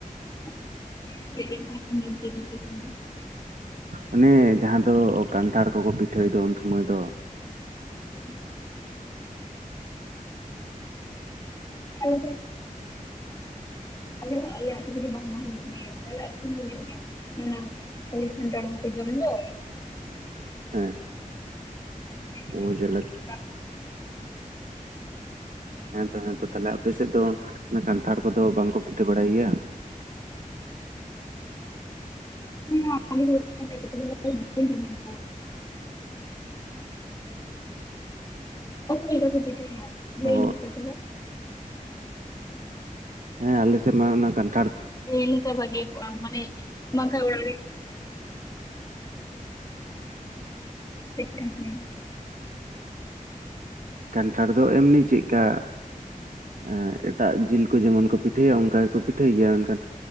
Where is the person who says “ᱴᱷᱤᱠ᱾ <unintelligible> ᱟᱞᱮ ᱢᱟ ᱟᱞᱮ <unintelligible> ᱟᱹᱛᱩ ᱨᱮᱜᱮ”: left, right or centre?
Left